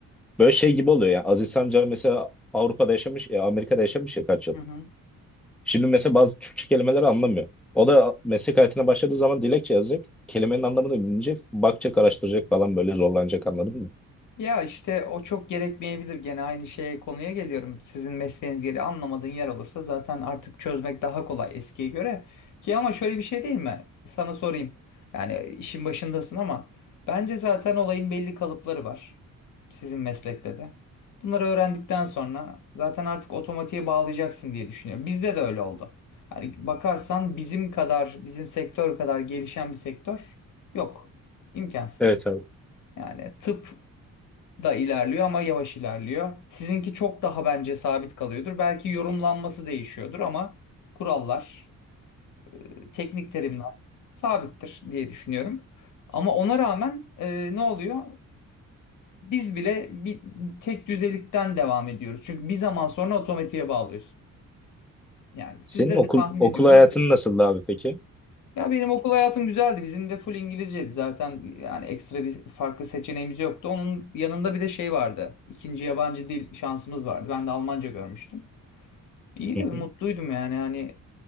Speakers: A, in the centre; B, on the left.
A: böyle şey gibi oluyor. Yani Aziz Sancar mesela Avrupa'da yaşamış, e, Amerika'da yaşamış ya kaç yıl.
B: Hı hı.
A: Şimdi mesela bazı Türkçe kelimeleri anlamıyor. O da meslek hayatına başladığı zaman dilekçe yazacak. Kelimenin anlamını bilinecek. Bakacak, araştıracak falan böyle zorlanacak anladın mı?
B: Ya işte o çok gerekmeyebilir. Gene aynı şeye konuya geliyorum. Sizin mesleğiniz gereği anlamadığın yer olursa zaten artık çözmek daha kolay eskiye göre. Ki ama şöyle bir şey değil mi? Sana sorayım. Yani işin başındasın ama bence zaten olayın belli kalıpları var. Sizin meslekte de. Bunları öğrendikten sonra zaten artık otomatiğe bağlayacaksın diye düşünüyorum. Bizde de öyle oldu. Yani bakarsan bizim kadar, bizim sektör kadar gelişen bir sektör yok. İmkansız.
A: Evet abi.
B: Yani tıp da ilerliyor ama yavaş ilerliyor. Sizinki çok daha bence sabit kalıyordur. Belki yorumlanması değişiyordur ama kurallar, e, teknik terimler sabittir diye düşünüyorum. Ama ona rağmen e, ne oluyor? Biz bile bir tek düzelikten devam ediyoruz. Çünkü bir zaman sonra otomatiğe bağlıyorsun. Yani sizde
A: Senin okul
B: de tahmin
A: okul
B: ediyorum
A: hayatın
B: öyle.
A: nasıldı abi peki?
B: Ya benim okul hayatım güzeldi. Bizim de full İngilizceydi zaten. Yani ekstra bir farklı seçeneğimiz yoktu. Onun yanında bir de şey vardı. İkinci yabancı dil şansımız vardı. Ben de Almanca görmüştüm. İyi
A: Hı
B: de mutluydum
A: hı.
B: yani. Hani